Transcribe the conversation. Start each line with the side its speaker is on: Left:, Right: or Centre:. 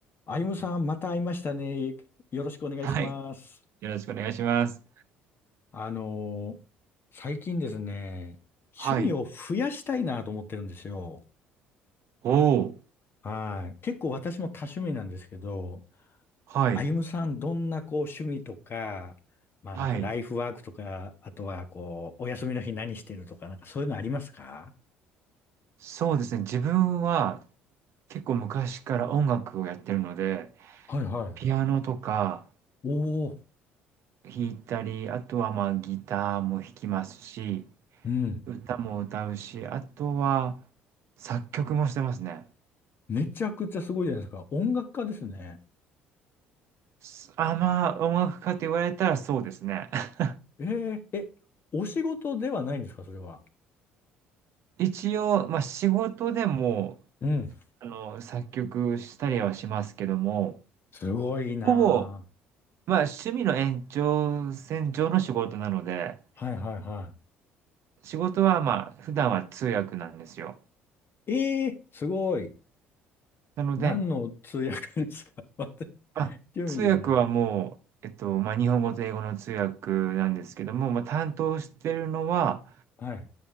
Left: あゆむさん、また会いましたね。よろしくお願いします。
Right: はい。よろしくお願いします。
Left: あのー最近ですね、
Right: はい。
Left: 趣味を増やしたいなと思ってるんですよ。
Right: おー。
Left: はい。結構私も多趣味なんですけど、
Right: はい。
Left: あゆむさん、どんなこう趣味とか、まあなんかライフワークとか、
Right: はい。
Left: あとはこう、お休みの日何してるとか、なんかそういうのありますか
Right: そうですね。自分は結構昔から音楽をやってるので、
Left: はいはい。
Right: ピアノとか
Left: おお、
Right: 弾いたり、あとはまあギターも弾きますし、
Left: うん。
Right: 歌も歌うし、あとは作曲もしてますね。
Left: めちゃくちゃすごいじゃないですか。音楽家ですね。
Right: すあ、まあ音楽家と言われたらそうですね。<laughs>
Left: えー、え、お仕事ではないんですか、それは。
Right: 一応、まあ仕事でも、
Left: うん。
Right: あの、作曲したりはしますけども、
Left: すごいな
Right: ほぼまあ、趣味の延長線上の仕事なので、
Left: ぁ。はいはいは
Right: 仕事はまあ、普段は通訳なんですよ。
Left: い。ええーすごい。
Right: なので、
Left: 何の通訳ですか <laughs> 私、
Right: あ、
Left: 興味じゃない。
Right: 通訳はもう、えっと、まあ、日本語と英語の通訳なんですけども、まあ、担当してるのは
Left: はい。